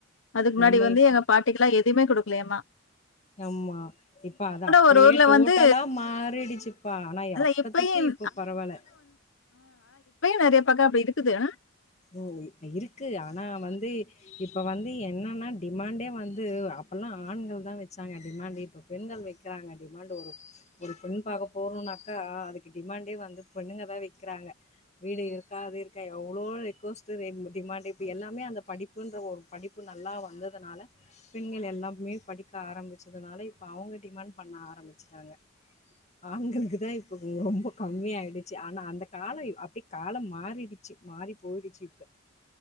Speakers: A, on the left (about 65°); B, on the left (about 35°).
A: அதுக்கு முன்னாடி
B: நம்ம
A: வந்து
B: இப்
A: எங்க பாட்டிக்கு லா எதுவுமே குடுக்க தேமா
B: ஆமா இப்ப அத அப்படியே
A: ஒரு ஊர்ல
B: டோட்டலா
A: வந்து
B: மாறிடுச்சுப்பா ஆனா
A: இல்ல
B: அப்பத்திக்கி
A: இப்பயும்
B: இப்ப பரவால
A: நெறைய பக்க அப்புடி இருக்குது ஆ
B: ஓ இருக்கு ஆனா வந்து இப்ப வந்து என் னன்னா டிமாண்டே வந்து அப்பல்லா ஆண்கள் தா வச்சாங்க டிமாண்ட் இப்ப பெண்கள் வைக்கிறாங்க டிமாண்ட் ஒரு ஒரு பெண் பாக்க போறோனாக்கா அதுக்கு டிமாண்டே வந்து பெண்ணுங்க தா வைக்கிறாங்க வீடு இருக்கா அது இருக்கா எவ்ளோ <unintelligible> டிமாண்ட் எல்லாமே அந்த படிப்புன்ற ஒரு படிப்பு நல்லா வந்ததுனால பெண்கள் எல்லாமே படிக்க ஆரம்பிச்சதுனால இப்ப அவங்க டிமாண்ட் பண்ண ஆரம்பிச்சுட்டாங்க ஆண்களுக்கு தா இப்ப ரொம்ப கம்மி ஆயிடுச்சு ஆனா அந்த கால அப்படி காலம் மாறிடுச்சு மாறி போயிடுச்சு இப்ப